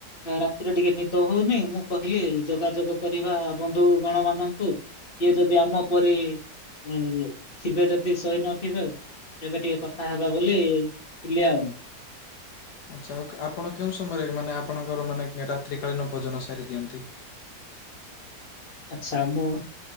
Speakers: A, on the left; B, on the left.
A: ରାତିରେ ଟିକେ ନିଦ ହଉନି ମୁଁ କହିଲି ଯୋଗାଯୋଗ କରିବା ବନ୍ଧୁଗଣ ମାନଙ୍କୁ। କିଏ ଯଦି ଆମ ପରି ଉଁ ଥିବେ ଯଦି ଶୋଇ ନଥିବ ଆଉ ଏବେ ଟିକେ କଥା ହେବା ବୋଲି ଥିଲି ଆଉ।
B: ଆଚ୍ଛା ଆଉ ଆପଣ କେଉଁ ସମୟରେ ମାନେ ଆପଣଙ୍କର ମାନେ ରାତ୍ରିକାଳୀନ ଭୋଜନ ସାରିଦିଅନ୍ତି?
A: ଆଛା ମୁଁ